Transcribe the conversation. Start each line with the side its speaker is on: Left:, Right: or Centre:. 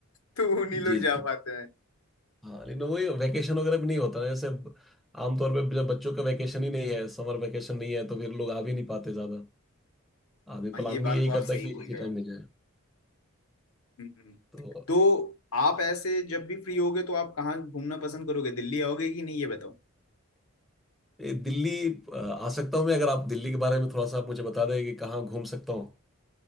Left: तो उन्हीं
Centre: जी
Left: लोग
Centre: जी
Left: जा पाते हैं
Centre: हाँ लेकिन वही वैकेशन वगैरह भी नहीं होता ना जैसे आमतौर पे जब बच्चों का वैकेशन ही नहीं है समर वैकेशन नहीं है तो फिर लोग आ भी नहीं पाते ज़्यादा आदमी
Left: हाँ
Centre: प्लान
Left: ये बात
Centre: भी यही
Left: तो आप
Centre: करता
Left: सही
Centre: है कि
Left: बोल
Centre: इसी
Left: रहे
Centre: टाइम
Left: हो
Centre: में जाए
Left: हम्म।
Centre: तो
Left: तो आप ऐसे जब भी फ्री होगे तो आप कहाँ घूमना पसंद करोगे दिल्ली आओगे कि नहीं ये बताओ
Centre: ये दिल्ली अ, आ सकता हूँ मैं अगर आप दिल्ली के बारे में थोड़ा सा आप मुझे बता दें कि कहाँ घूम सकता हूँ